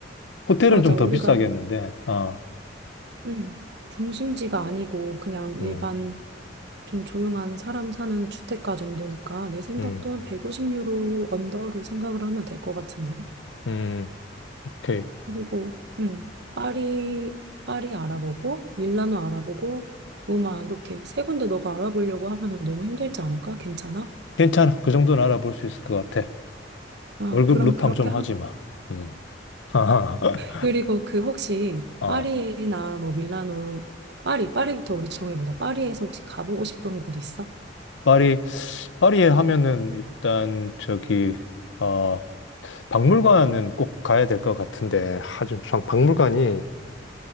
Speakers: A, on the left; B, on the right.
A: 호텔은
B: 맞아.
A: 좀 더
B: 우리가,
A: 비싸겠는데 아,
B: 응 중심지가 아니고 그냥 일반
A: 음,
B: 좀 조용한 사람 사는 주택가 정도니까 내 생각도
A: 음,
B: 한 150유로 언더로 생각을 하면 될 것 같은데.
A: 음, 오케이.
B: 그리고 음, 파리 파리 알아보고 밀라노 알아보고 로마 이렇게 세 군데 너가 알아보려고 하면 너무 힘들지 않을까? 괜찮아?
A: 괜찮아. 그 정도는 알아볼 수 있을 것 같아.
B: 아,
A: 월급
B: 그러면
A: 루팡
B: 그렇게
A: 좀
B: 하.
A: 하지 마. 음. <laughs>
B: 그리고 그 혹시
A: 어,
B: 파리에나 뭐 밀라노 파리 파리부터 우리 정해보자. 파리에서 혹시 가보고 싶은 곳 있어?
A: 파리, 파리에 하면은 일단 저기 어, 박물관은 꼭 가야 될 것 같은데, 하, 좀, 참 박물관이